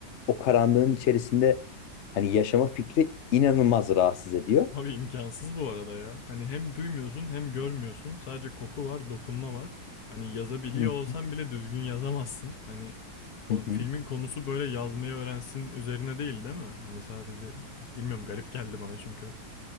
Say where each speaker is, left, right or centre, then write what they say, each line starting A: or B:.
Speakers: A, on the left (about 75°); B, on the left (about 50°).
A: o karanlığın içerisinde hani yaşama fikri inanılmaz rahatsız ediyor.
B: Abi imkansız bu arada ya. Hani hem duymuyorsun hem görmüyorsun. Sadece koku var, dokunma var. Hani yazabiliyor
A: Hı
B: olsan bile düzgün yazamazsın. Hani ko-
A: hı hı.
B: filmin konusu böyle yazmayı öğrensin üzerine değil değil mi? Hani sadece bilmiyorum garip geldi bana çünkü.